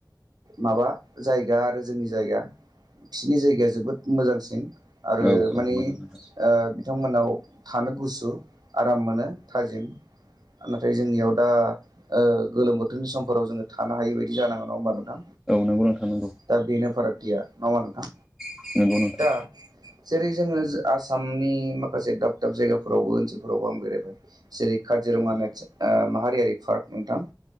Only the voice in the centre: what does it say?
औ
औ नंगौ नोंथां
औ नंगौ औ नंगौ नोंथां नंगौ
उम नंगौ नोंथां